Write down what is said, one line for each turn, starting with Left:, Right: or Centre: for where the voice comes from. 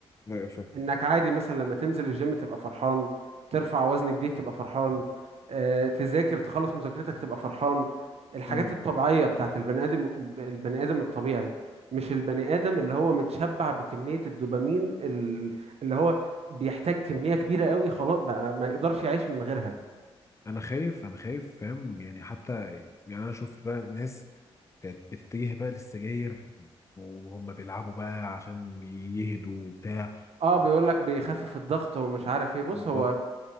Left: أيوه فاهم
Right: انك عادي مثلا لما تنزل الجيم تبقى فرحان ترفع وزن جديد تبقى فرحان آه، تذاكر تخلص مذاكرتك تبقى فرحان الحاجات
Left: مم.
Right: الطبيعية بتاعت البني آدم البني آدم الطبيعي مش البني آدم اللي هو متشبع بكمية الدوبامين ال- اللي هو بيحتاج كمية كبيرة قوي خلاص بقى ما يقدرش يعيش من غيرها
Left: انا خايف انا خايف فاهم يعني حتى يعني انا شفت بقى ناس كانت بتتجه بقى للسجاير وهم بيلعبوا بقى عشان يهدوا وبتاع
Right: اه بيقول لك بيخفف الضغط ومش عارف ايه بص
Left: بالظبط
Right: هو